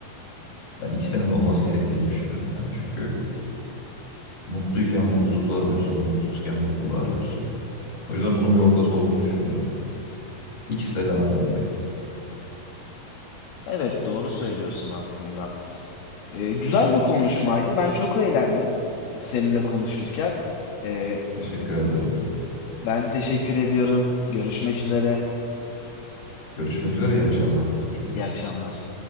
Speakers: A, on the left; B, on the left.
A: Ben ikisinin de olması gerektiğini düşünüyorum ya. Çünkü mutluyken mutsuzluğu arıyorsun, mutsuzken mutluluğu arıyorsun. O yüzden bunun bir ortası olduğunu düşünmüyorum. İkisi de lazım belki de.
B: Evet doğru söylüyorsun aslında. Ee, güzel bir konuşmaydı. Ben çok eğlendim e, seninle konuşurken. Ee,
A: Teşekkür ederim.
B: ben teşekkür ediyorum. Görüşmek üzere.
A: Görüşmek üzere, iyi akşamlar diliyorum.
B: İyi akşamlar.